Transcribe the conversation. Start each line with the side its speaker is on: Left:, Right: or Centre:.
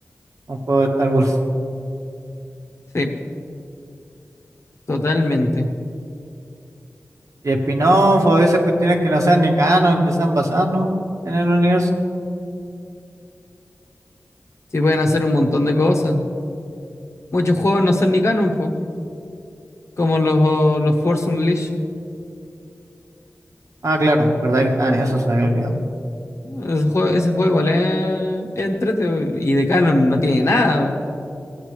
Right: un juego de Star Wars.
Left: Sí, totalmente.
Right: Y spin-off, o a veces cuestiones que no sean ni canon, que sean basadas, ¿no? en el universo.
Left: Sí, pueden hacer un montón de cosas. Muchos juegos no son ni canon, po, como los, los Force Unleashed.
Right: Ah, claro, verdad que estaban eso, se me había olvidado.
Left: Ese juego, ese juego igual es, es entrete, po, y de canon no tiene nada.